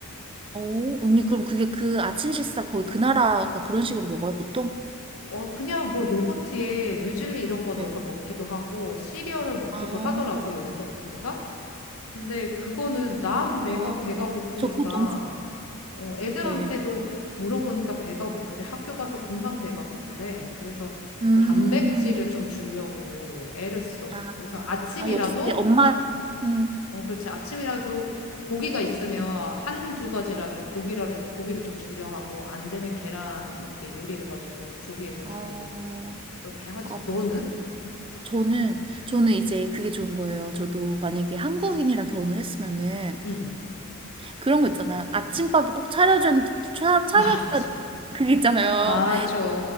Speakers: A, on the right (about 25°); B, on the left (about 80°).
A: 어, 언니, 그럼 그게 그 아침 식사 거의 그 나라가 그런 식으로 먹어요, 보통?
B: 어, 그냥 뭐 요거트에 뮤즐리 이런 거 넣어서
A: 네.
B: 먹기도 하고 시리얼을 먹기도
A: 아,
B: 하더라고 여기서 보니까. 근데 그거는 나는 내가
A: 아,
B: 배가 고프니까
A: 저 그거 너무 좋
B: 어, 애들한테도
A: 네.
B: 물어보니까 배가 고프대. 학교 가서 금방 배가 고프대. 그래서
A: 음,
B: 단백질을 좀 주려고 애를 써.
A: 아,
B: 그래서 아침이라도
A: 아, 역시 엄마, 음,
B: 어, 그렇지. 아침이라도 고기가 있으면 한두 가지라도 고기를, 고기를 좀 줄려 하고, 안 되면 계란 이렇게 요리해가지고, 조리해서
A: 어,
B: 주고, 그렇게 하지.
A: 아, 맞아.
B: 너는?
A: 저는, 저는 이제 그게 좋은 거예요. 저도 만약에 한국인이랑 결혼을 했으면은
B: 응.
A: 그런 거 있잖아요. 아침밥을 꼭 차려줘야, 차,
B: <laughs>
A: 차려줘야
B: 맞아.
A: 그게 있잖아요.
B: 맞아.